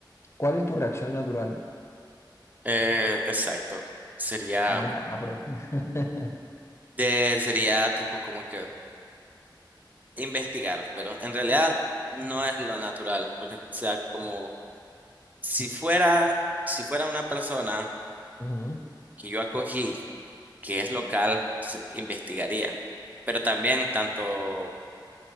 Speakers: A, on the left (about 35°); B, on the right (about 20°).
A: ¿Cuál es tu reacción natural?
B: Eh, exacto. Sería.
A: No, ya la propia. <laughs>
B: de, sería tipo como que investigar, pero en realidad no es lo natural, porque o sea como si fuera, si fuera una persona
A: Ujú.
B: que yo acogí, que es local, se investigaría. Pero también tanto,